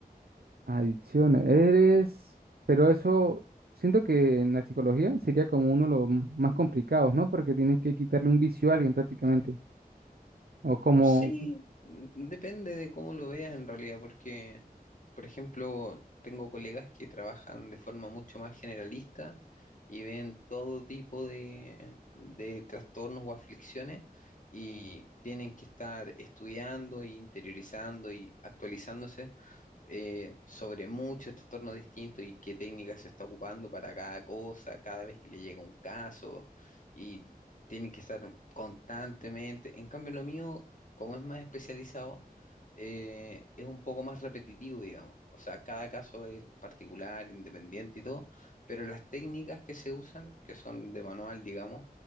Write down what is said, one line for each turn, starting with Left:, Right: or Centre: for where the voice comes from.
Right: Adicciones. Eres, pero eso, siento que en la psicología sería como uno de los m- más complicados, ¿no? Porque tienes que quitarle un vicio a alguien prácticamente. O como,
Left: Sí, mm, depende de cómo lo veas en realidad, porque, por ejemplo, tengo colegas que trabajan de forma mucho más generalista y ven todo tipo de, de trastornos o aflicciones y tienen que estar estudiando e interiorizando y actualizándose eh, sobre muchos trastornos distintos y qué técnica se está ocupando para cada cosa, cada vez que le llega un caso y tienen que estar constantemente. En cambio, lo mío, como es más especializado, eh, es un poco más repetitivo, digamos. O sea, cada caso es particular, independiente y todo, pero las técnicas que se usan, que son de manual, digamos,